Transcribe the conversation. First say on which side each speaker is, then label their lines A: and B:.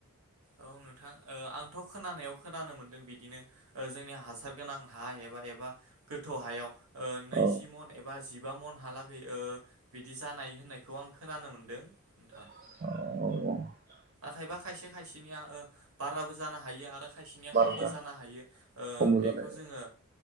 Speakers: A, on the right; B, on the right.
A: औ नोंथां ओ आंथ' खोनानायाव खोनानो मोनदों बिदिनो ओ जोंनि हासार गोनां हा ए बा गोथौ हायाव ओ नैजि
B: औ
A: मन एबा जिबा मन हालागै ओ बिदि जानाय होननायखौ आं खोनानो मोनदों नोंथां।
B: औ
A: नाथाइबा खायसे खायसेनिया ओ बाराबो जानो हायो आरो खायसेनिया
B: बार'था
A: खमबो जानो हायो ओ
B: खमबो
A: बेखौ
B: जानाय
A: जोङो